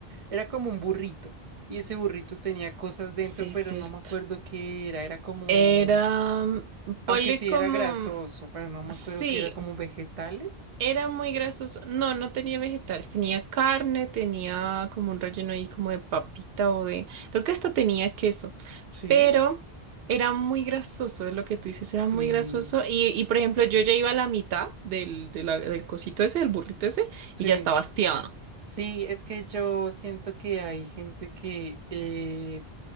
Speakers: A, on the right; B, on the right.
A: era como un burrito y ese burrito tenía cosas dentro,
B: Sí,
A: pero
B: es cierto.
A: no me acuerdo qué era, era como,
B: Era, mm, ponle
A: aunque sí
B: como,
A: era grasoso, pero no me
B: sí,
A: acuerdo qué era como vegetales.
B: Era muy grasoso. No, no tenía vegetales. Tenía carne, tenía como un relleno ahí como de papita o de... Creo que hasta tenía queso.
A: Sí,
B: Pero era muy grasoso, es lo que tú dices, era
A: sí,
B: muy grasoso. Y, y, por ejemplo, yo ya iba a la mitad del, de la- del cosito ese, del burrito ese,
A: sí.
B: y ya estaba hastiado.
A: Sí, es que yo siento que hay gente que, eh,